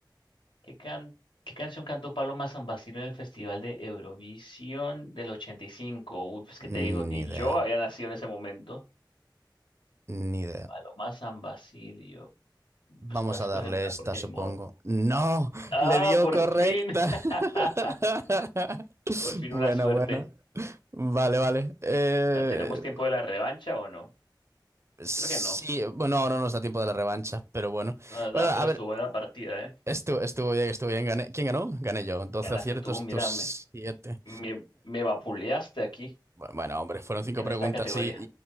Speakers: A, on the left (about 85°); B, on the right (about 35°).
A: ¿Qué can- qué canción cantó Paloma San Basilio en el Festival de Eurovisión del 85? Uy, pues que
B: Ni
A: te digo, ni
B: idea.
A: yo había nacido en ese momento.
B: Ni idea.
A: Paloma San Basilio.
B: Vamos
A: Pues voy a escoger
B: a darle
A: una
B: esta,
A: porque
B: supongo.
A: ni modo.
B: ¡No!
A: Ah,
B: ¡Le dio
A: por
B: correcta!
A: fin. <laughs>
B: <laughs>
A: Por fin
B: Bueno,
A: una suerte.
B: bueno. Vale, vale. Eh,
A: Ah, ¿Tenemos tiempo de la revancha o no?
B: sí,
A: Creo que no.
B: bueno, ahora no nos da tiempo de la revancha, pero bueno.
A: No, da,
B: Bueno, a
A: pero
B: ver,
A: estuvo buena la partida, ¿eh?
B: estuvo, estuvo bien, estuvo bien. Gané. ¿Quién ganó? Gané yo. 12
A: Ganaste
B: aciertos,
A: tú, mírame.
B: tus 7.
A: Me, me vapuleaste aquí,
B: Bueno, hombre, fueron cinco
A: en
B: preguntas
A: esta categoría.
B: y,